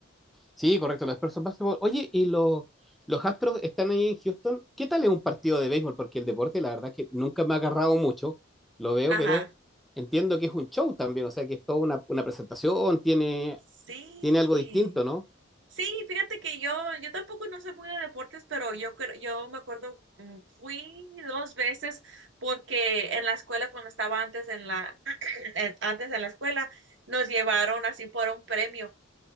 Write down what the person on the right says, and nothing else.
Ajá,
sí.
Sí, fíjate que yo, yo tampoco no sé muy de deportes, pero yo, cre- yo me acuerdo, mm, fui dos veces porque en la escuela, cuando estaba antes en la, <clears throat> en- antes en la escuela, nos llevaron así por un premio.